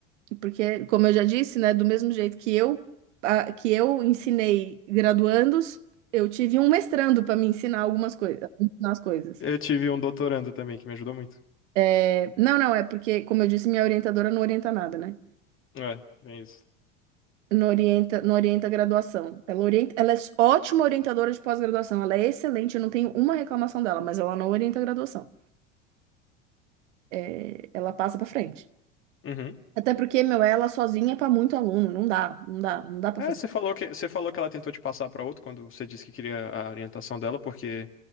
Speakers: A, on the right (about 75°); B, on the left (about 35°).
A: Porque, como eu já disse, né, do mesmo jeito que eu, a- que eu ensinei graduandos, eu tive um mestrando para me ensinar algumas coisas, ensinar as coisas.
B: Eu tive um doutorando também que me ajudou muito.
A: É, não, não, é porque, como eu disse, minha orientadora não orienta nada, né?
B: É, bem isso.
A: Não orienta, não orienta a graduação. Ela orienta, ela é ótima orientadora de pós-graduação, ela é excelente, eu não tenho uma reclamação dela, mas ela não orienta a graduação. É, ela passa para frente.
B: Uhum.
A: Até porque, meu, ela sozinha é para muito aluno, não dá, não dá, não dá para
B: É,
A: fazer.
B: você falou que você falou que ela tentou te passar pra outro quando você disse que queria a orientação dela, porque